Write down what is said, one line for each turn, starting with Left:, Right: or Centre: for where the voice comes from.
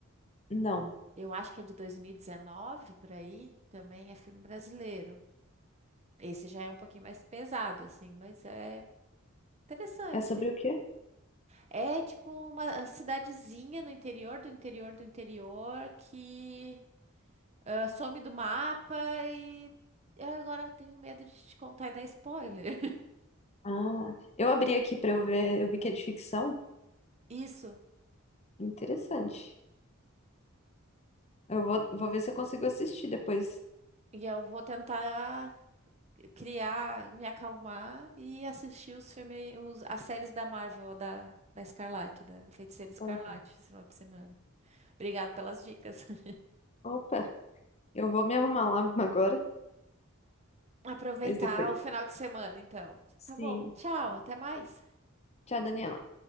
Left: Não.
Right: Eu acho que é de 2019, por aí. Também é filme brasileiro. Esse já é um pouquinho mais pesado, assim, mas é interessante.
Left: É sobre o quê?
Right: É tipo uma cidadezinha no interior do interior do interior que ah, some do mapa e eu agora tenho medo de te contar e dar spoiler.
Left: Ah, eu abri aqui pra eu ver, eu vi que é de ficção.
Right: <laughs> Isso.
Left: Interessante. Eu vou, vou ver se eu consigo assistir depois.
Right: E eu vou tentar criar, me acalmar e assistir os filmes, os- as séries da Marvel, da, da Escarlate, da Feiticeira Escarlate,
Left: Uhum.
Right: esse final de semana. Obrigado pelas dicas. <laughs>
Left: Opa, eu vou me arrumar lá <laughs> agora,
Right: Aproveitar
Left: mas depois.
Right: o final de semana, então.
Left: Sim.
Right: Tá bom, tchau, até mais.
Left: Tchau, Daniela.